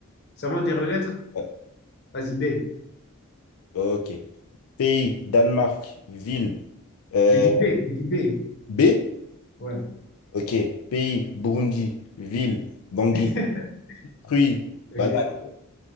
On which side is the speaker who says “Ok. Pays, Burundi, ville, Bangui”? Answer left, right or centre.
Left